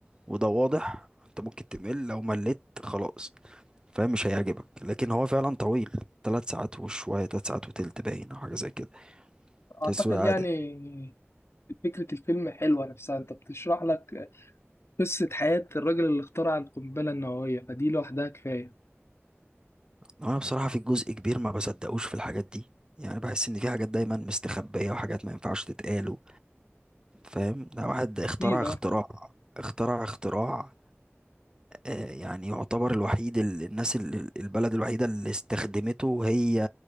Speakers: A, on the right (about 20°); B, on the left (about 70°).
A: وده واضح انت ممكن تمل لو مليت خلاص فاهم مش هيعجبك لكن هو فعلا طويل ثلاث ساعات وشوية ثلاث ساعات وتلت باين أو حاجة زي كده
B: اعتقد
A: كسوة عادة
B: يعني فكره الفيلم حلوه نفسها انت بتشرح لك قصه حياه الراجل اللي اخترع القنبله النوويه فدي لوحدها كفايه
A: انا بصراحة في جزء كبير ما بصدقوش في الحاجات دي يعني بحس ان في حاجات دايما مستخبية وحاجات ما ينفعش تتقال و- فاهم ده واحد اخترع
B: اكيد اه
A: اختراع اخترع اختراع آه يعني يعتبر الوحيد ال- الناس ال- البلد الوحيدة اللي استخدمته هي